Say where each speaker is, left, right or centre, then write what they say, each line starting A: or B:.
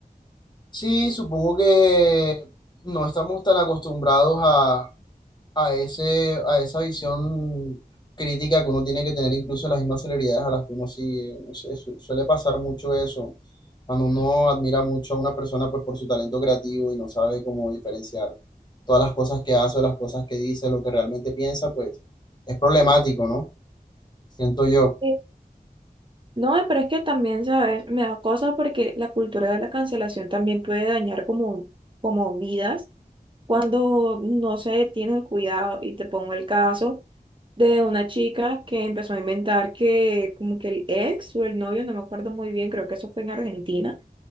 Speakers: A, on the left (about 25°); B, on the right (about 30°).
A: Sí, supongo que no estamos tan acostumbrados a ese, a esa visión crítica que uno tiene que tener incluso las mismas celebridades a las que uno sigue. No sé, su- suele pasar mucho eso. Cuando uno admira mucho a una persona pues por su talento creativo y no sabe cómo diferenciar todas las cosas que hace o las cosas que dice, lo que realmente piensa, pues es problemático, ¿no? Siento yo.
B: Sí. No, pero es que también, ¿sabes? Me da cosa porque la cultura de la cancelación también puede dañar como, como vidas cuando no se tiene el cuidado y te pongo el caso. de una chica que empezó a inventar que como que el ex o el novio, no me acuerdo muy bien, creo que eso fue en Argentina,